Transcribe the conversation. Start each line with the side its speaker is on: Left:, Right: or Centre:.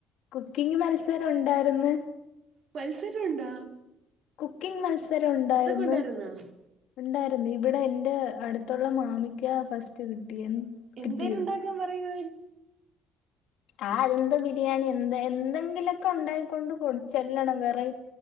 Left: കുക്കിംഗ് മത്സരം ഉണ്ടായിര്ന്ന്
Right: പത്സരുണ്ടാ
Left: കുക്കിങ് മത്സരം ഉണ്ടായിര്ന്ന്
Right: ഉണ്ടായിരുന്നോ
Left: ഇണ്ടായിരുന്ന് ഇവിടെ എന്റെ അടുത്തുള്ള മാമിക്ക ഫസ്റ്റ് കിട്ടിയ
Right: എന്തെര്
Left: കിട്ടിയത്.
Right: ഉണ്ടാക്കാൻ പറയോര്
Left: ആഹ് അതെന്ത ബിരിയാണി എന്തെ എന്തെങ്കിലൊക്കെ ഉണ്ടായിക്കൊണ്ട് കൊട് ചെല്ലണം വെറൈ